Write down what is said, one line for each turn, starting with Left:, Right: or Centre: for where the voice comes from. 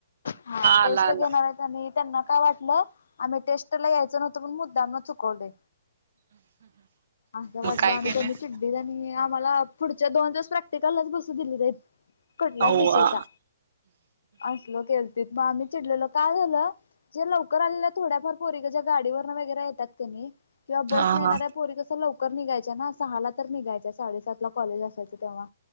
Left: हा टेस्ट
Right: आला
Left: घेणार
Right: आला.
Left: आहेत आणि त्यांना काय वाटलं आम्ही टेस्ट ला यायचं नव्हतं पण मुद्दामन चुकवलय असं वाटलो
Right: मग काय
Left: आणि
Right: केलेस
Left: त्यांनी चिड्डीजणी मला पुढच्या दोन दिवस प्रॅक्टिकललाच बसू दिले नाहीत. कुटलाच
Right: अव्वा
Left: विषयचा, असलो केलती मग आम्ही चिडलेलो काय झालं? जे लवकर आलेल्या थोड्याफार पोरी ग ज्या गाडीवरन वगैरे येतात कनी किंवा बसने
Right: हा
Left: येऱ्या
Right: हा
Left: पोरी कसं लवकर निघायच्या ना सहाला तर निघायच्या साडे सातला कॉलेज असयचं तेव्हा